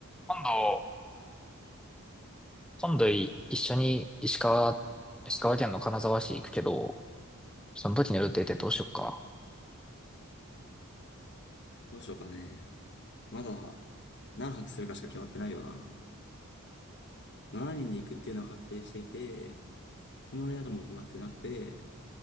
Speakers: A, in the centre; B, on the left (about 55°).
A: 今度、今度い一緒に石川、石川県の金沢市行くけど、その時の予定ってどうしよっか。
B: どうしようかね。まだ何泊するかしか決まってないよな。7人で行くっていうのは確定していて、泊まる宿も決まってなくて、